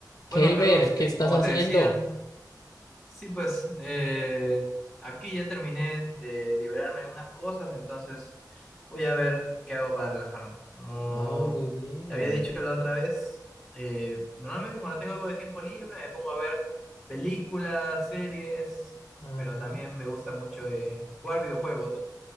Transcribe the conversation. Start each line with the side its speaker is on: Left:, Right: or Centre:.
Centre: Bueno,
Left: Kelber,
Centre: Carlos, que-
Left: ¿qué estás
Centre: como
Left: haciendo?
Centre: te decía, sí, pues eh, aquí ya terminé de liberarme de unas cosas, entonces voy a ver qué hago para relajarme. Como
Left: Ay, muy bien.
Centre: te había dicho la otra vez, eh, normalmente cuando tengo algo de tiempo libre me pongo a ver películas, series,
Left: Ajá.
Centre: pero también me gusta mucho eh, jugar videojuegos.